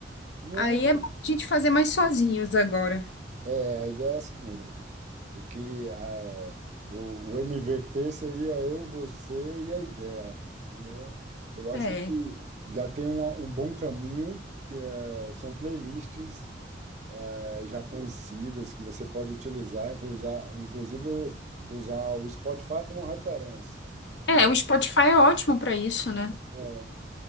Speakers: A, on the right; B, on the left.
A: É, né?
B: Aí é bom a gente fazer mais sozinhos agora.
A: É, a ideia é essa mesmo. O que é, o, o MVP seria eu, você e a ideia, né? Eu acho
B: É.
A: que já tem uma- um bom caminho, que é, são playlists eh, já conhecidas que você pode utilizar, inclusar- inclusive o- usar o Spotify como referência, né?
B: É, o Spotify é ótimo para isso, né?
A: É,